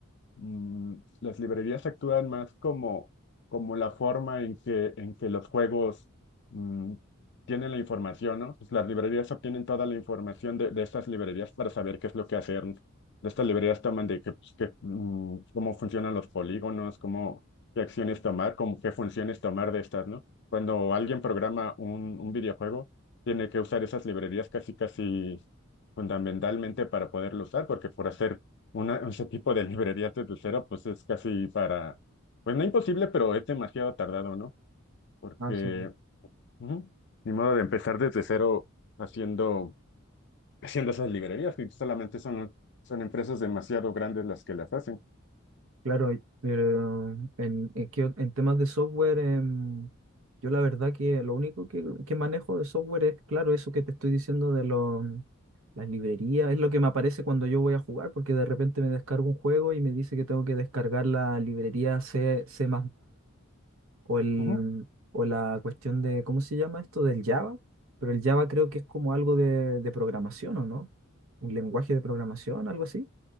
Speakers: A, on the left; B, on the right.
A: mm, las librerías actúan más como, como la forma en que, en que los juegos mm, tienen la información, ¿no? Pues las librerías obtienen toda la información de, de estas librerías para saber qué es lo que hacer. Estas librerías toman de que, pues, que, mm, cómo funcionan los polígonos, cómo, qué acciones tomar, cómo, qué funciones tomar de estas, ¿no? Cuando alguien programa un, un videojuego, tiene que usar esas librerías casi, casi fundamentalmente para poderlo usar, porque por hacer una, ese tipo de librerías desde cero, pues es casi para, pues no imposible, pero es demasiado tardado, ¿no? Porque
B: Ah, sí.
A: ujú, ni modo de empezar desde cero haciendo, haciendo esas librerías, y solamente son, son empresas demasiado grandes las que las hacen.
B: Claro, y- pero en, en, qué en temas de software, em, yo la verdad que lo único que, que manejo de software es, claro, eso que te estoy diciendo de lo mm, las librerías, es lo que me aparece cuando yo voy a jugar, porque de repente me descargo un juego y me dice que tengo que descargar la librería C, C++ o, el,
A: Ujú.
B: o la cuestión de, ¿cómo se llama esto? Del Java, pero el Java creo que es como algo de, de programación, ¿o no? Un lenguaje de programación, algo así.